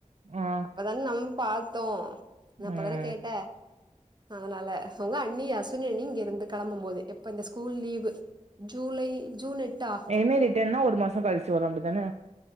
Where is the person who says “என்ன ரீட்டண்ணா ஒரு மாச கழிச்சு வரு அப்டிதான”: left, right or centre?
Right